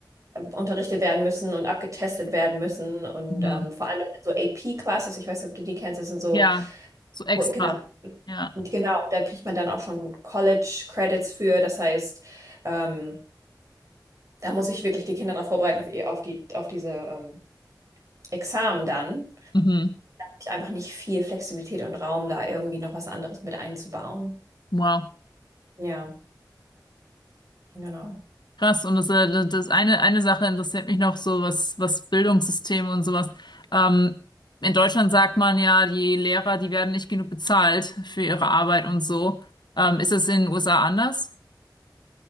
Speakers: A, on the right; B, on the left.
A: unterrichtet werden müssen und abgetestet werden müssen. Und
B: Mhm.
A: ähm, vor allem so AP-Classes, ich weiß nicht, ob du die kennst, das sind so,
B: Ja, so extra.
A: genau,
B: Ja.
A: genau, da kriegt man dann auch schon College-Credits für. Das heißt, ähm, da muss ich wirklich die Kinder darauf vorbereiten, auf, die- auf, die, auf diese ähm, Examen dann.
B: Mhm.
A: Ich einfach nicht viel Flexibilität und Raum, da irgendwie noch was anderes mit einzubauen.
B: Wow.
A: Ja, genau.
B: Krass, und das, äh, das eine, eine Sache interessiert mich noch so, was, was Bildungssysteme und sowas. Ähm, in Deutschland sagt man ja, die Lehrer, die werden nicht genug bezahlt für ihre Arbeit und so. Ähm, ist das in den USA anders?